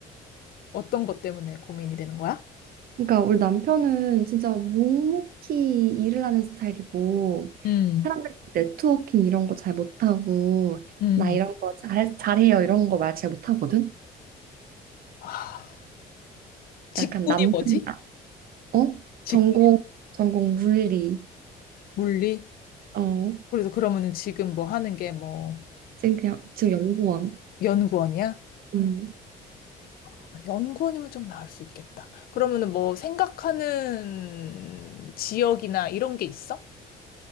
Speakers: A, on the left; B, on the right.
A: 어떤 것 때문에 고민이 되는 거야?
B: 그러니까 우리 남편은 진짜 묵묵히 일을 하는 스타일이고
A: 음,
B: 사람들 네트워킹 이런 거 잘 못하고
A: 음.
B: 나 이런 거 잘, 잘해요 이런 거 말 잘 못하거든.
A: 아, 직군이
B: 약간 남성이다
A: 뭐지?
B: 어?
A: 직군
B: 전공 전공 물리.
A: 물리?
B: 어.
A: 그래서 그러면은 지금 뭐 하는 게 뭐
B: 지금 대학 지금 연구원.
A: 연구원이야?
B: 음.
A: 아, 연구원이면 좀 나을 수 있겠다. 그러면은 뭐 생각하는 지역이나 이런 게 있어?